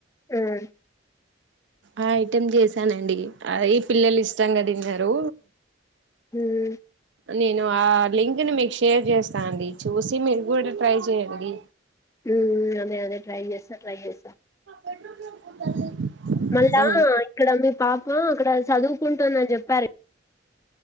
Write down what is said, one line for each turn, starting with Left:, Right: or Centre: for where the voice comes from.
Left: ఉమ్
Right: ఆ ఐటమ్ చేసానండి అ ఈ పిల్లలు ఇష్టంగా తిన్నారు
Left: ఉమ్
Right: నేను ఆ లింక్ ని మీకు షేర్ చేస్తానండి చూసి మీరు కూడా ట్రై చేయండి
Left: ఉమ్ అదే అదే ట్రై చేస్తా ట్రై చేస్తా
Right: <unintelligible>
Left: మళ్ళా
Right: ఆ
Left: ఇక్కడ మీ పాప అక్కడ చదువుకుంటుందని చెప్పారె